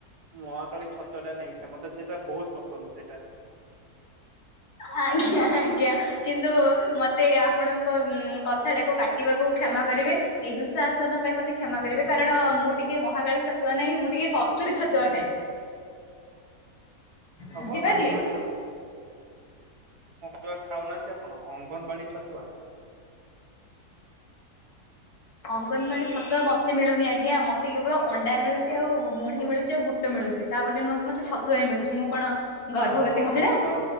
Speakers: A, on the right; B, on the left.
A: ମହାକାଳୀ ଛତୁଆ ଟା ନେଇଥାଏ। ମତେ ସେଇଟା ବହୁତ ପସନ୍ଦ ସେଇଟା।
B: ଆଜ୍ଞା ଆଜ୍ଞା କିନ୍ତୁ ମତେ ଆପଣଙ୍କ କଥା ଟାକୁ କାଟିବାକୁ କ୍ଷ କ୍ଷମା କରିବେ। ଏଇ ଦୁଃଶାଆସନ ପାଇଁ ମତେ କ୍ଷମା କରିବେ। କାରଣ ଟିକେ ମହାକାଳୀ ଛତୁଆ ନାହିଁ ମୁଁ ଟିକେ କସ୍ତୁ ରୀ ଛତୁଆ ଖାଏ। ବୁଝିପାରିଲେ?
A: ଓହୋ ଆପଣ ଯୋ ତୁଆ ଖାଉନାହାନ୍ତି ଆପଣ ଅଙ୍ଗନବାଡି ଛତୁଆ।
B: ଅଙ୍ଗନବାଡି ଛତୁଆ ମତେ ମିଳୁନି ଆଜ୍ଞା। ମତେ କେବଳ ଅଣ୍ଡା ମିଳୁଛି ଆଉ ମୁଢି ମିଳୁଛି ଆଉ ବୁଟ ମିଳୁଛି। ମିଳୁଛି। ତା ବୋଲି ନୁହେଁ କି ମତେ ଛତୁଆ ମିଳୁଛି। ମୁଁ କଣ ଗର୍ଭବତୀ
A: ହଁ
B: ମହିଳା
A: ତ